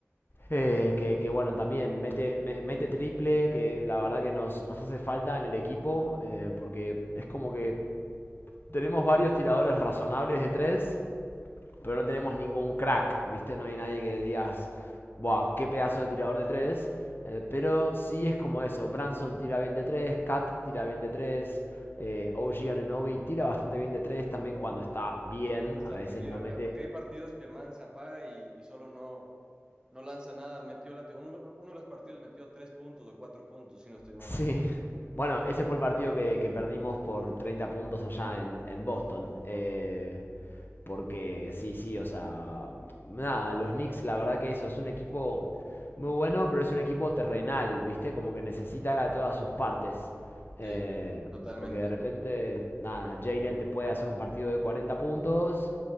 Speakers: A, on the left; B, on the right.
A: eh, que, que, bueno, también mete, me- mete triple, que la verdad que nos, nos hace falta en el equipo, eh, porque es como que tenemos varios tiradores razonables de tres, pero no tenemos ningún crack, ¿viste? No hay nadie que digas,
B: Sí.
A: ¡buah, qué pedazo de tirador de tres! Eh, pero sí es como eso, Branson tira bien de tres, Cat tira bien de tres, eh, OG Ananobi tira bastante bien de tres también cuando está bien,
B: Cuando está
A: a veces
B: prendido,
A: no
B: ajá,
A: mete
B: porque hay partidos que el man se apaga y, y solo no, no lanza nada. Metió el ante- uno, uno de los partidos metió tres puntos o cuatro puntos, si no estoy mal.
A: Sí. Bueno, ese fue el partido que, que perdimos por 30 puntos allá en, en Boston. Eh,
B: Pues,
A: porque sí, sí, o sea, nada, los Knicks, la verdad que eso, es un equipo muy bueno, pero es un equipo terrenal, ¿viste? Como que necesita todas sus partes. Eh,
B: Sí, totalmente.
A: porque de repente, nada, Jalen te puede hacer un partido de 40 puntos,